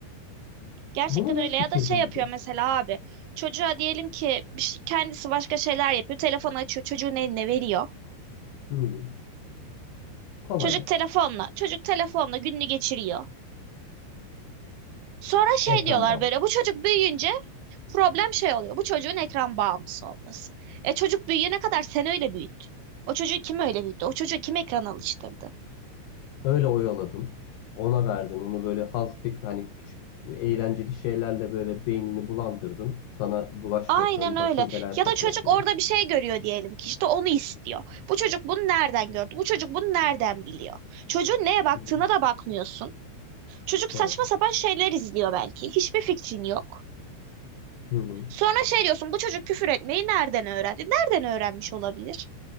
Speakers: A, on the right; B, on the left.
A: Gerçekten
B: Buna nasıl
A: öyle ya
B: bir çözüm
A: da şey yapıyor
B: bulacağız?
A: mesela abi. Çocuğa diyelim ki bir şey- kendisi başka şeyler yapıyor. Telefonu açıyor, çocuğun eline veriyor.
B: Hmm, kolay
A: Çocuk
B: yok.
A: telefonla, çocuk telefonla gününü geçiriyor. Sonra şey
B: Ekran
A: diyorlar
B: bağımlısı.
A: böyle bu çocuk büyüyünce problem şey oluyor. Bu çocuğun ekran bağımlısı olması. E çocuk büyüyene kadar sen öyle büyüttün. O çocuğu kim öyle büyüttü? O çocuğu kim ekran alıştırdı?
B: Öyle oyaladın. Ona verdin. Onu böyle haz hani küçük e, eğlenceli şeylerle böyle beynini bulandırdın. Sana bulaşmasın,
A: Aynen öyle.
B: başını belaya
A: Ya
B: sokmasın
A: da çocuk orada
B: diye.
A: bir şey görüyor diyelim ki işte onu istiyor. Bu çocuk bunu nereden gördü? Bu çocuk bunu nereden biliyor? Çocuğun neye baktığına
B: Hı hı,
A: da bakmıyorsun. Çocuk saçma
B: Doğru.
A: sapan şeyler izliyor belki. Hiçbir fikrin yok.
B: Hı
A: Sonra şey diyorsun bu çocuk küfür etmeyi nereden öğrendi? Nereden öğrenmiş olabilir?